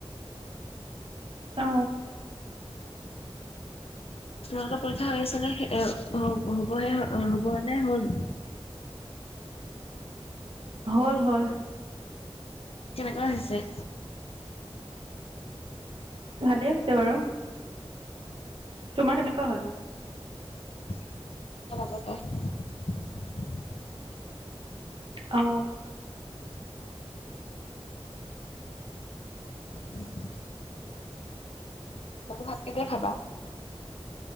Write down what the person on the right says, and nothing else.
অ
হ'ল, হ'ল।
ভালে হৈছে বাৰু। তোমাৰ কেনেকুৱা হ'ল?
অ